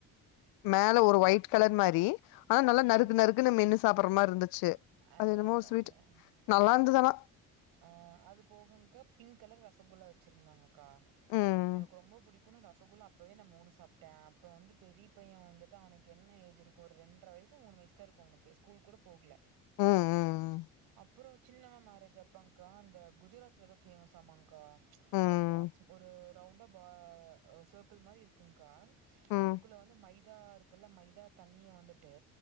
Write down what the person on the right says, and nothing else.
ம் ம்
அதா
அதா
அதா
ஆ அது போகுங்க்கா பிங்க் கலர் ரசகுல்லா வச்சிருந்தாங்கக்கா
எனக்கு ரொம்ப பிடிக் கும் ரசகுல்லா அப்பவே நா மூணு சாப்ட்ட அப்ப வந்து பெரிய பைய வந்துட்டு அவனுக்கு என்ன ஏஜ் இருக்கும் ஒரு ரெண்ட்ர வயசு மூணு வய்சு செரிக்கும் அவங்கள்க்கு ஸ்கூல் கூட போகுல
அப்புறோ சின்னவ மேரேஜ் அப்பங்க்கா அந்த குஜராத்ல எதோ ஃபேமஸ்ஸாமாங்க்கா
ஒரு பாக்ஸ் ஒரு ரவுண்டா பா சர்க்கிள் மாரி இருக்குங்க்கா
அதுக்குள்ள வந்து மைதா இருக்குல்ல மைதா தண்ணிய வந்துட்டு